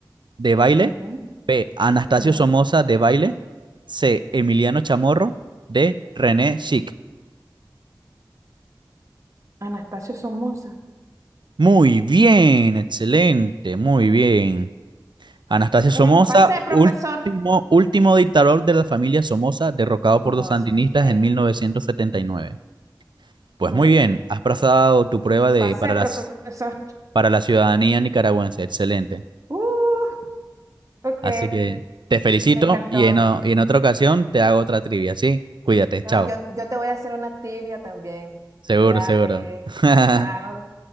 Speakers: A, on the right; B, on the right.
A: de Baile.
B: ujú,
A: B. Anastasio
B: ujú.
A: Somoza de Baile. C. Emiliano Chamorro. D. René Schick.
B: Anastasio Somoza.
A: Muy bien, excelente, muy bien. Anastasio Somoza,
B: Eh, pasé, profesor.
A: último, último dictador de la familia Somoza, derrocado
B: Somoza,
A: por los sandinistas
B: sí,
A: en 1979. Pues
B: correcto.
A: muy bien, has pasado tu prueba de,
B: Pasé,
A: para,
B: profesor.
A: las, para la ciudadanía nicaragüense. Excelente.
B: Uh, ok,
A: Así que te felicito
B: me encantó.
A: y en, o- y en otra ocasión te hago otra trivia, ¿sí? Cuídate, chao.
B: No, yo, yo te voy a hacer una tibia también.
A: Seguro,
B: Cuídate.
A: seguro. <laughs>
B: Chao.